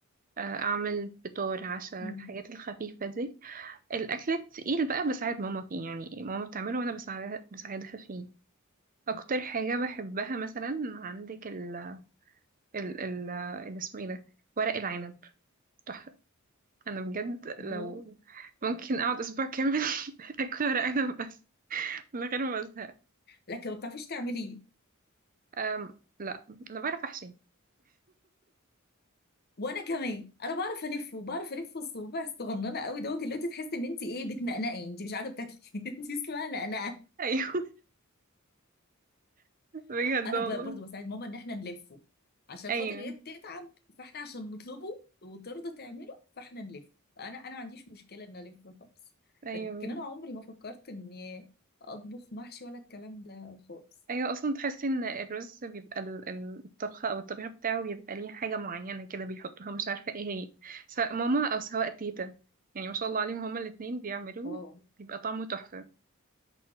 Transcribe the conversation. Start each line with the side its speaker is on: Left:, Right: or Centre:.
Right: آه، أعمل فطار عشاء
Left: مم.
Right: الحاجات الخفيفة دي الأكل التقيل بقى بساعد ماما فيه يعني ماما بتعمله وأنا بساعدها بساعدها فيه أكتر حاجة بحبها مثلا عندك ال ال ال ال- اسمه إيه ده ورق العنب تحفة أنا بجد لو
Left: الله
Right: ممكن أقعد أسبوع كامل <laughs> أكل ورق عنب بس من غير ما ازهق
Left: لكن ما بتعرفيش تعمليه
Right: أم لا انا بعرف احشي <laughs>
Left: وانا كمان انا بعرف الفه بعرف الف الصوابع الصغننه قوي دوت اللي انت تحسي ان انت ايه بتنقنقي انت مش قاعده بتاكلي <laughs> انت اسمها نقنقه
Right: ايوه بجد
Left: انا
Right: والله
Left: ب- برضو بساعد ماما ان احنا نلفه عشان
Right: ايوه
Left: خاطر هي بتتعب فاحنا عشان نطلبه وترضى تعمله فاحنا نلف انا انا ما عنديش مشكله ان الف خالص
Right: ايوه
Left: لكن انا عمري ما فكرت اني اطبخ محشي ولا الكلام ده خالص
Right: ايوه اصلا تحسي ان الرز بيبقى ال- ال- الطبخه او الطبيخ بتاعه بيبقى ليه حاجه معينه كده بيحطوها مش عارفه ايه هي سواء ماما او سواء تيتا يعني ما شاء الله عليهم هما الاتنين بيعملوه
Left: اه
Right: بيبقى طعمه تحفه